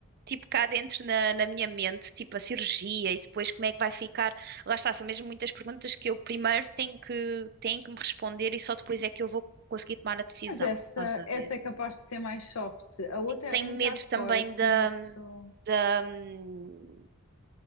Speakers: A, on the right (about 45°); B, on the left (about 75°).
A: Tipo, cá dentro na, na minha mente, tipo a cirurgia e depois como é que vai ficar. Lá está, são mesmo muitas perguntas que eu primeiro tenho que, tenho que me responder e só depois é que eu vou conseguir tomar a decisão.
B: Mas essa,
A: Estás a
B: essa
A: ver?
B: é capaz de ser mais soft. A outra
A: Tenho
B: é muito
A: medo
B: hardcore,
A: também
B: eu
A: da,
B: conheço.
A: da, hum,